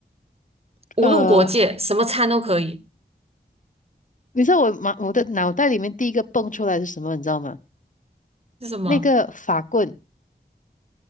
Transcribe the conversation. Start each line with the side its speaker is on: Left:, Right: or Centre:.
Right: 无论国界，
Left: 呃。
Right: 什么餐都可以。
Left: 你知道我马我的脑袋里面第一个蹦出来是什么？你知道吗？
Right: 是什么？
Left: 那个法棍，